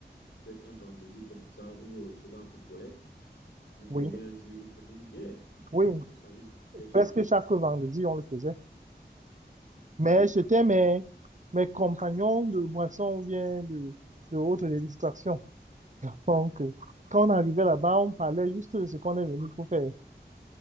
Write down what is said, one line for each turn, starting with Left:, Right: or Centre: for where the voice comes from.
Left: peut-être un vendredi comme ça, vous vous retrouvez entre collègues? Vous prenez
Right: oui,
Left: un jus, vous prenez une bière.
Right: oui.
Left: Est-ce que ça vous arrivait souvent?
Right: Presque chaque vendredi, on le faisait.
Left: Non.
Right: Mais c'était mes, mes compagnons de boisson ou bien de, de autres distractions. Donc, euh, quand on arrivait là-bas, on parlait juste de ce qu'on est venu pour faire.